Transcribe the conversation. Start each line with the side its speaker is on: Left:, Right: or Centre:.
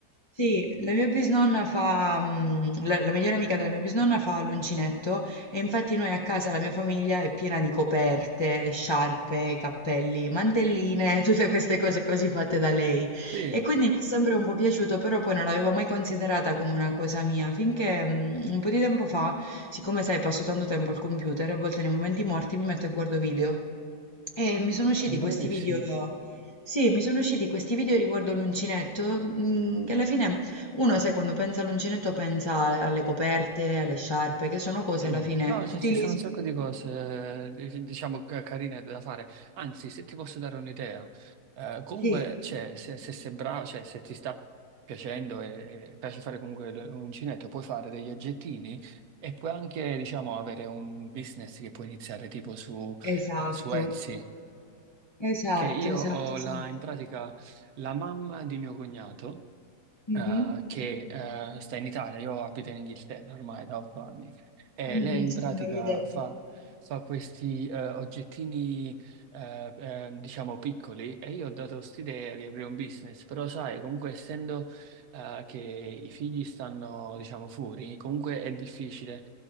Left: sì, la mia bisnonna fa, mm, la, la migliore amica della mia bisnonna fa l'uncinetto e infatti noi a casa, la mia famiglia è piena di coperte, sciarpe, cappelli, mantelline, <laughs> tutte queste cose così fatte da lei.
Right: Sì, eh,
Left: E quindi mi è sempre un po' piaciuto, però poi non l'avevo mai considerata come una cosa mia, finché mm, un po' di tempo fa, siccome sai, passo tanto tempo al computer, a volte nei momenti morti mi metto e guardo video. E mi sono usciti
Right: bravissimo.
Left: questi video, sì, mi sono usciti questi video riguardo l'uncinetto, mm, che alla fine uno, sai, quando pensa all'uncinetto pensa alle coperte, alle sciarpe, che sono cose
Right: Sì.
Left: alla fine
Right: No, se
Left: utili.
Right: ci sono
Left: si-
Right: un sacco di cose, eh, diciamo, ca- carine da fare. Anzi, se ti posso dare un'idea, eh, comunque,
Left: Sì,
Right: cioè, se, se sei bravo, cioè, se ti sta piacendo e, e piace fare comunque l- l'uncinetto, puoi fare degli oggettini e puoi anche, diciamo, avere un business che puoi iniziare tipo su,
Left: esatto,
Right: eh, su Etsy.
Left: esatto,
Right: Che io
Left: esatto,
Right: ho
Left: esatto.
Right: la, in pratica la mamma di mio cognato.
Left: Mhm,
Right: eh, che eh, sta in Italia, io abito in Inghilterra ormai da otto anni, e
Left: mhm,
Right: lei in
Left: sì,
Right: pratica
Left: me l'avevi detto.
Right: fa, fa questi eh, oggettini, eh, eh, diciamo, piccoli, e io ho dato quest'idea di aprire un business, però sai, comunque essendo eh, che i figli stanno, diciamo, fuori, comunque è difficile